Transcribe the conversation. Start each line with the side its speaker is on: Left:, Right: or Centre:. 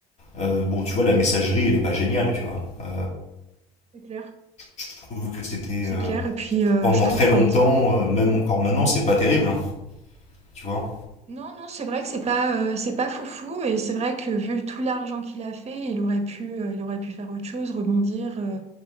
Left: Euh, bon, tu vois, la messagerie, elle est pas géniale, tu vois. Euh,
Right: C'est clair.
Left: je trouve que c'était
Right: C'est
Left: euh,
Right: clair. Et puis, euh,
Left: pendant
Right: je trouve
Left: très
Right: quand
Left: longtemps, euh, même encore maintenant, c'est pas terrible, hein, tu vois.
Right: Non, non, c'est vrai que c'est pas, euh, c'est pas foufou et c'est vrai que vu tout l'argent qu'il a fait, il aurait pu, euh, il aurait pu faire autre chose, rebondir, euh,